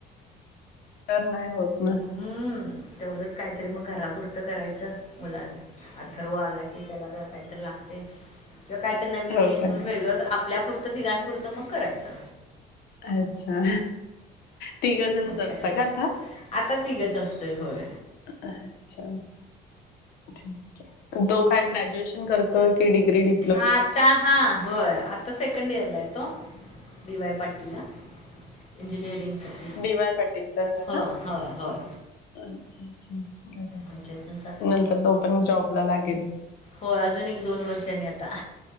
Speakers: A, on the left; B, on the left.
A: तर नाही होत. ना
B: हूं तेवढंच काहीतरी
A: असं.
B: मग घरापुर त करायचं मुलाला अथर्व आला की त्याला जरां काहीतरी लागतय. किवा काहीतरी नवीन
A: हो
B: डिश
A: का
B: म्हणून वेगळं आपल्यापुरतं दिघांपुरतं मग करायचं.
A: अच्छा तिघजणच
B: मग
A: असत
B: काय तर
A: का आता?
B: आता तिघंच असतंय होय!
A: अच्छा ठीक हे. तो काय ग्रॅज्युएशन करतोय की डिग्री डी
B: हा आता हा होय आता सेकंड इयरला आहे तो बी वाय पाटीलला. इंजिनिअरिंगसाठी
A: डी वाय पाटीलच्या
B: ह
A: ना
B: होय होय.
A: अच्छा अच्छा बरय
B: आमच्या इथून सात
A: नंतर तो पण जॉब ला लागेनं.
B: हो अजून एक दोन वर्षांनी आता.